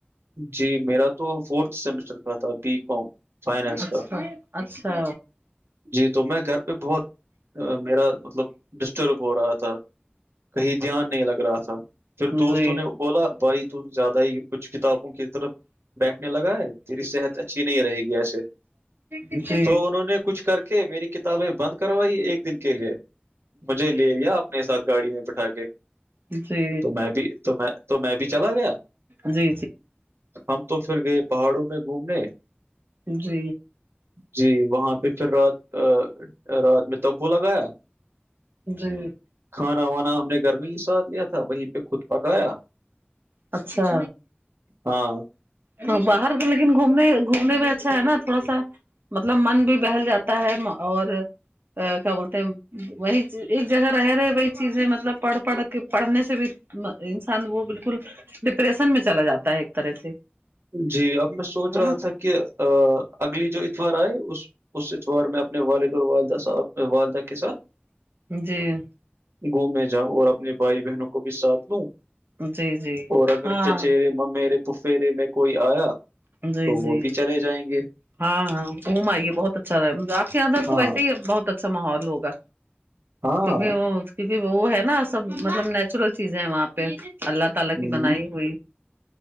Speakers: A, on the right; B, on the right.
A: جی میرا تو فورتھ سیمسٹر کا تھا بی کام فائننس
B: اچھا
A: کا
B: اچھا
A: جی تو میں گھر پہ بہت میرا مطلب ڈسٹرب ہو رہا تھا کہیں دھیان نہیں لگ رہا تھا پھر
B: جی
A: دوستوں نے بولا بائی تو زیادہ ہی کچھ کتابوں کی طرف بیٹھنے لگا ہے تیری صحت اچھی نہیں رہے گی ایسے
B: مجھے
A: تو انہوں نے کچھ کر کے میری ک تب بند کروائی ایک دن کے لیے مجھے لے لیا اپنے ساتھ گاڑی میں بٹھا کے
B: جی
A: تو میں بھی تو میں تو میں بھی چلا گیا
B: جی
A: ہم تو پھر گئے پہاڑوں میں گھومنے
B: جی
A: جی وہاں پہ پھر رات رات میں تمپو لگایا
B: جی
A: کھانا وانا ہم نے گرمی ہی ساتھ لیا تھا وہیں پہ خود پکایا
B: اچھا
A: ہاں
B: تو باہر لیکن گھومنے گھومنے میں اچھا ہے نا تھوڑا سا مطلب من بھی بہل جاتا ہے اور کیا بولتے ہیں وہی ایک جگہ رہ رہے وہی چیزیں مطلب پڑھ پڑھ کے پڑھنے سے بھی انسان وہ بالکل ڈپریشن میں چلا جاتا ہے ایک طرح سے
A: جی اب میں سوچ
B: ہے
A: رہا
B: نا
A: تھا کہ اگلی جو اتوار آئے اس اس اتوار میں اپنے والید والدہ صاحبنے والدہ کے ساتھ
B: جی
A: گھومنے جاؤں اور اپنے بھائی بہنوں کو بھی ساتھ لوں
B: جی جی
A: اور اگر
B: ہاں
A: چچیرے ممیرے پفیرے میں کوئی آیا
B: جی
A: تو وہ
B: جی
A: بھی چلے جائیں گے
B: ہاں ہاں گھوم آئیے بہت اچھا رہ آپ کے یہدھر
A: ہاں
B: تو ویسے ہی بہت اچھا ماحول ہوا
A: ہاں
B: توکھر وہ کیونکہ وہ ہے نا سب مطلب نیچرل چیزیں ہے وہاں پہ اللہ تعالی
A: ہم،
B: کی بنائی ہوئی